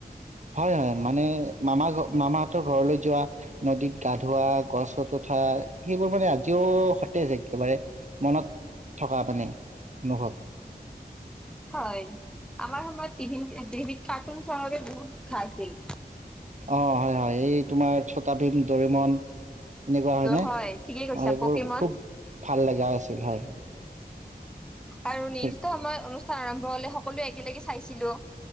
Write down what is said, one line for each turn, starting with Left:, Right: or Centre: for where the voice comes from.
Right: হয় হয় মানে মামা মামাহতৰ ঘৰলৈ যোৱা, নদীত গা ধোৱা, গছত উঠা সেইবোৰ মানে আজিও সতেজ একেবাৰে মনত থকা মানে অনুভৱ।
Centre: হয় আমাৰ সময়ত টিভি টিভিত কাৰ্টুন চোৱাৰ ভাৱে বহুত খচ আছিল।
Right: অ হয় হয় এই তোমাৰ ছটাভিম, দৰিমন। এনেকুৱা হয়নে?
Centre: হয় ঠিকেই কৈছা
Right: সেইবোৰ
Centre: পকেমন
Right: খুব ভাল লগা আছিল হয়।
Centre: আৰু নিদিষ্ট
Right: ঠিক
Centre: সময়ত অনু। স্থান আৰম্ভ হলে সকলোৱে একেলগে চাইছিলো।